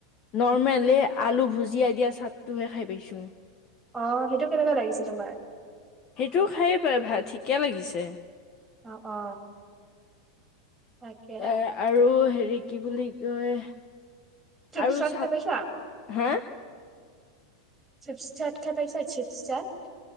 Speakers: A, on the left; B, in the centre.
A: নৰ্মেলি আলু ভুজ। জীয়াই দিয়া চাটটোহে খাই পাইছোঁ।
B: অ সেইটো কেনেকুৱা লাগিছে তোমাৰ।
A: সেইটোও খায়ে পায় ভাল ঠিকে লাগিছে।
B: অ অ তাকে।
A: তাৰ আৰু হেৰি কি বুলি কয়
B: তুমি
A: আৰু
B: চট
A: চাট
B: খাই পাইছা?
A: হা।
B: চিপছ চাট খাই পাইছা চিপছ চাট।